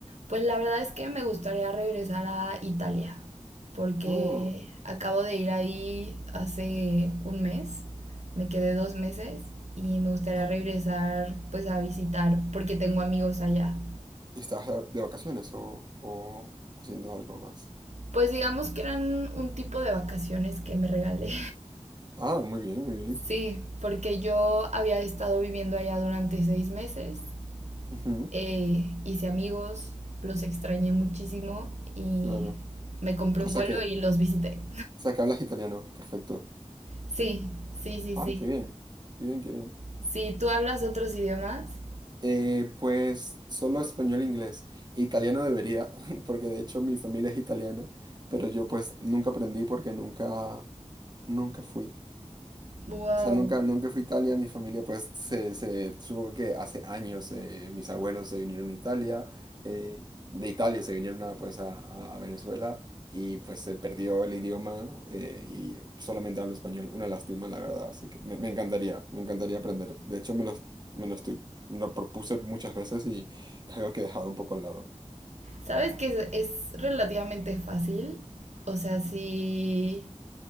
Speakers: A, on the right; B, on the right.
A: Pues la verdad es que me gustaría regresar a Italia, porque
B: Oh,
A: acabo de ir ahí hace un mes, me quedé dos meses y me gustaría
B: ah,
A: regresar pues a visitar porque tengo amigos allá.
B: ¿estás de de vacaciones o, o haciendo algo más?
A: Pues digamos que eran un tipo de vacaciones que me regalé.
B: Ah, muy bien, muy bien.
A: Sí, porque yo había estado viviendo allá durante seis meses,
B: Ujú,
A: eh, hice amigos, los extrañé muchísimo y
B: claro.
A: me compré un
B: O sea
A: vuelo
B: que
A: y los visité.
B: O sea, que hablas italiano. Perfecto.
A: Sí, sí, sí,
B: Ah,
A: sí.
B: qué bien. Qué bien, qué bien.
A: Si tú hablas otros idiomas,
B: Eh, pues solo español e inglés. Italiano debería, <laughs> porque de hecho mi familia es italiana, pero yo pues nunca aprendí porque nunca, nunca fui.
A: wow.
B: O sea, nunca, nunca fui a Italia, mi familia pues se, se supongo que hace años eh, mis abuelos se vinieron a Italia, eh, de Italia se vinieron a, pues a, a- a Venezuela y pues se perdió el idioma eh, y solamente hablo español, una lástima la verdad, así que me, me encantaría, me encantaría aprender. De hecho me los- me lo estoy- me lo propuse muchas veces y es algo que he dejado un poco al lado.
A: ¿Sabes que es, es relativamente fácil? O sea, sí.